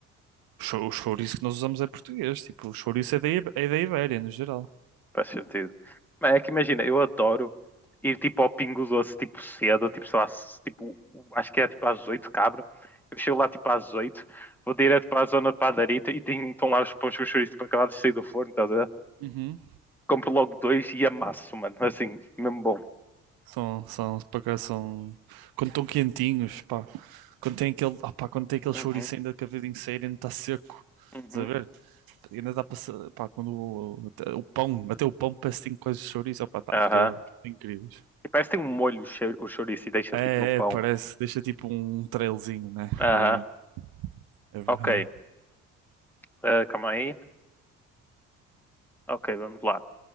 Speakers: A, on the right (about 70°); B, in the centre.
A: O chou- o chouriço que nós usamos é português, tipo, o chouriço é da, I- é da Ibéria, no geral.
B: faz sentido. Mas é que imagina, eu adoro ir tipo ao Pingo Doce, tipo cedo, tipo, sei lá, se- tipo, acho que é tipo às 8 cabra. Eu chego lá tipo às 8 vou direto para a zona de padarita e tem, estão lá os pães com chouriço, tipo, acabados de sair do forno, estás a ver?
A: Uhum.
B: Compro logo dois e amasso, mano, assim, mesmo bom.
A: São, são, por acaso são. Quando estão quentinhos, pá. Quando tem aquele, ah, pá, quando tem aquele
B: Uhum,
A: chouriço ainda que a vida inteira ainda está seco.
B: uhum,
A: Estás a ver? Ainda dá para. ser- Pá, quando o, até o pão, até o pão parece que tem coisas de chouriço, opá, tá,
B: aham.
A: fica incrível.
B: E parece que tem um molho o chou- o chouriço e deixa
A: É,
B: tipo no pão.
A: é, parece, deixa tipo um trailzinho, né?
B: Aham,
A: Yeah, é verdade.
B: ok. Ah, calma aí. Ok, vamos lá.